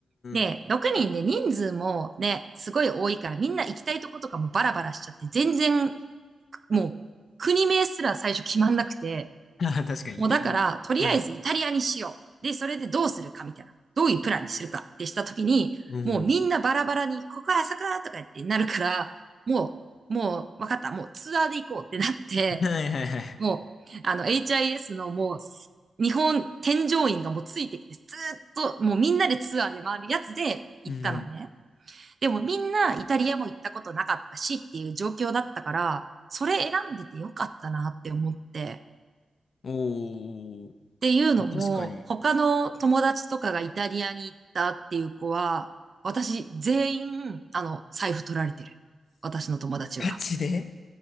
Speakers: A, on the right; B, on the left.
A: で、
B: ん。
A: 6人で人数もね、すごい多いから、みんな行きたいとことかもバラバラしちゃって、全然、もう、国名すら最初決まんなくて、
B: <laughs> ああ、確かに。
A: もうだから、とりあえずイタリアにしよう。
B: うん。
A: で、それでどうするかみたいな。どういうプランにするかってしたときに、
B: うん。
A: もうみんなバラバラに、ここあそこだとか言ってなるから、もう、もう、わかった。もうツアーで行こうってなって、
B: はいはいはい。
A: もう、あの、HIS のもう、日本添乗員がもうついてきて、ずーっと、もうみんなでツアーで回るやつで行ったのね。
B: うん。
A: でもみんなイタリアも行ったことなかったしっていう状況だったから、それ選んでてよかったなって思って。
B: おー。
A: っていうのも、
B: 確かに。
A: 他の友達とかがイタリアに行ったっていう子は、私全員、あの、財布取られてる。私の友達は。
B: ガチで